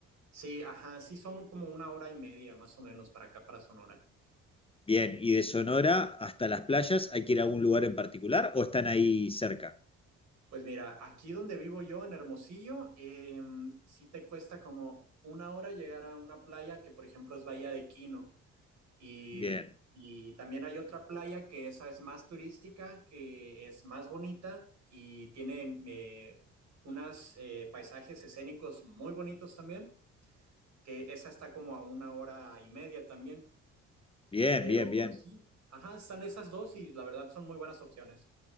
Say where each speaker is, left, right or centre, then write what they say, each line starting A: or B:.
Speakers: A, on the right; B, on the left.
A: Sí, ajá, sí, son como una hora y media más o menos para acá, para Sonora.
B: Bien, y de Sonora hasta las playas, ¿hay que ir a algún lugar en particular o están ahí cerca?
A: Pues mira, aquí donde vivo yo, en Hermosillo, em, sí te cuesta como una hora llegar a una playa que, por ejemplo, es Bahía de Quino. Y,
B: Bien,
A: y también hay otra playa que esa es más turística, que es más bonita y tiene eh, unos paisajes escénicos muy bonitos también, que esa está como a una hora y media también.
B: bien,
A: Pero
B: bien, bien.
A: sí, ajá, están esas dos y la verdad son muy buenas opciones.